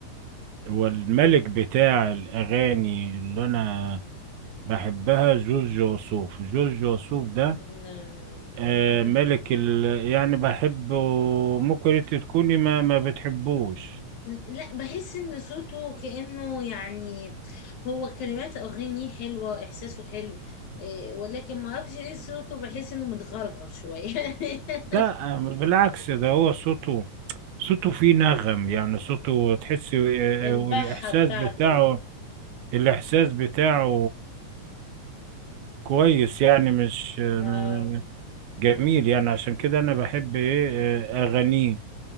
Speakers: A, on the right; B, on the left.
A: هو الملك بتاع الاغاني اللي انا بحبها جورج وسوف جورج وسوف ده
B: لا، لا.
A: آه ملك
B: <laughs>
A: ال... يعني بحبه ممكن انت تكوني ما ما بتحبوش
B: لا بحس ان صوته كأنه يعني هو كلمات اغانيه حلوة احساسه حلو إيه، ولكن ما اعرفش ليه صوته بحس انه متغرغر شوية <laughs>
A: لا آه، بالعكس ده هو صوته صوته فيه نغم يعني صوته تحسي آه،
B: البحة
A: آه، والإحساس
B: بتاعته
A: بتاعه الإحساس بتاعه كويس يعني مش آه،
B: آه
A: م- م- جميل يعني عشان كده أنا بحب إيه آه، أغانيه